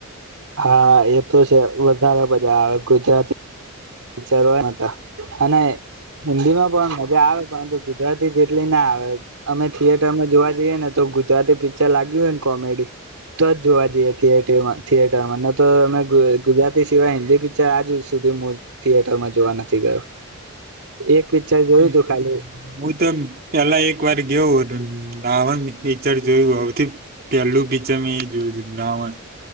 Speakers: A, on the right (about 80°); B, on the right (about 45°).
A: હા એતો છે. વધારે બજા આવે. ગુજરાતી વિચારવા હતા અને હિન્દીમાં પણ મજા આવે. પરંતુ ગુજરાતી જેટલી ના આવે. અમે થિયેટર માં જોવા જઈએ ને તો, ગુજરાતી પિક્ચર લાગ્યું હોયને કોમેડી, તો જ જોવા જઈએ થિયેટરમાં થિયેટરમાં. ન તો અમે ગુજરાતી સિવાય હિન્દી પિક્ચર આજુ જ સુધી થિયેટર માં જોવા નથી ગયો. એક પિક્ચર જોયું
B: હમ
A: તું ખાલી
B: હું તો પેલા એક વાર ગઉ હતો લાવણ પિક્ચર જોયું સૌથી પેલું પિક્ચર મેં જોયું તું લાવણ